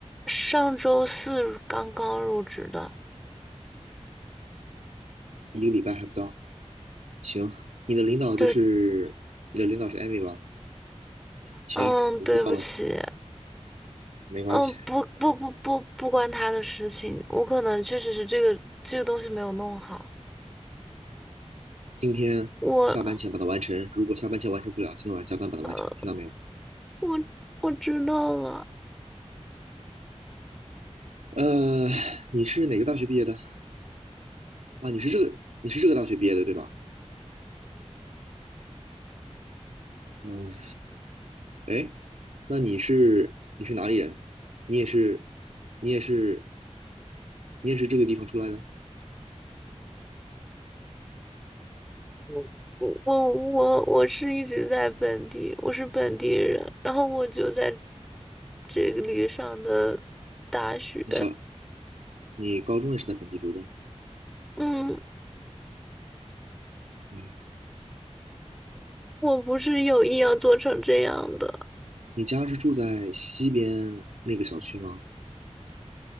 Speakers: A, in the centre; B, on the right.
A: 上周四刚刚入职的，
B: 一个礼拜还不到。行，你的领导就是你的领导是艾米吧？
A: 对，
B: 行，
A: 嗯，
B: 我知道了，
A: 对不起。
B: 没关系。
A: 嗯，不不不不不关他的事情，我可能确实是这个这个东西没有弄好，
B: 今天下班前把它完成，
A: 我
B: 如果下班前完成不了，今天晚上加班把它完成，
A: <laughs>
B: 听到没有？
A: 我我知道了，
B: 呃，你是哪个大学毕业的？啊，你是这个，你是这个大学毕业的对吧？嗯，哎，那你是你是哪里人？你也是，你也是，你也是这个地方出来的？
A: 嗯我我我我是一直在本地，我是本地人，然后我就在这个里上的大学，
B: 你小，你高中也是在本地读的？
A: 嗯，
B: 嗯，
A: 我不是有意要做成这样的，
B: 你家是住在西边那个小区吗？